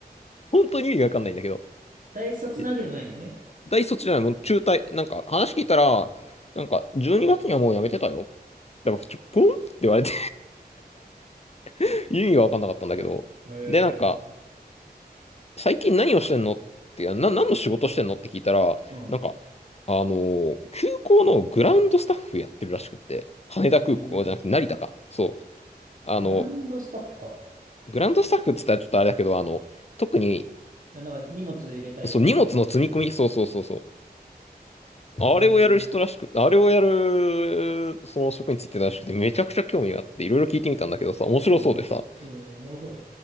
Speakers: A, on the left; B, on the right.
A: 本当に意味がわかんないんだけど、
B: 大卒なわけでもないんね。
A: で大卒じゃない、もう中退、なんか話聞いたら、なんか12月にがつにはもう辞めてたよ。でも、ちょ、ポンって言われて <laughs> 意味がわかんなかったんだけど、
B: へえ。
A: で、なんか、最近何をしてんのってな、何の仕事してんのって聞いたら、
B: うん。
A: なんか、あのー空港のグラウンドスタッフやってるらしくって、羽田空港じゃなくて成田か。
B: えー、
A: そう。あの、
B: グランドスタッフか。
A: グラウンドスタッフって言ったらちょっとあれだけど、あの、特に、
B: いやなんか荷物入れたり、
A: そう、荷物の積み込み、
B: みたいなやつ。
A: そうそうそうそう。あれをやる人らしく、
B: へえ。うん。
A: あれをやる、その職についてたらしくて、めちゃくちゃ興味があって、いろいろ聞いてみたんだけどさ、面白そうでさ。
B: うん、おもろそう